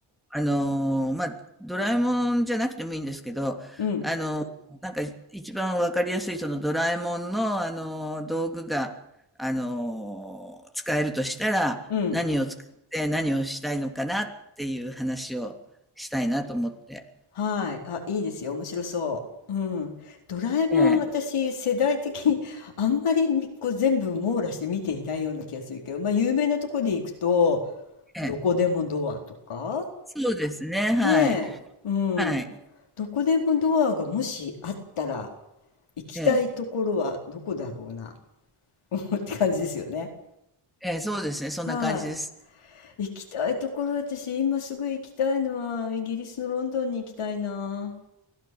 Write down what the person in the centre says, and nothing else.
あの、まあ、ドラえもんじゃなくてもいいんですけど、
あの、なんか一番わかりやすいそのドラえもんの、あの、道具が、あの、使えるとしたら、
何を使って何をしたいのかなっていう話をしたいなと思って。
ええ、
ええ、
そうですね、はい。
はい。
ええ、
ええ、そうですね、そんな感じです。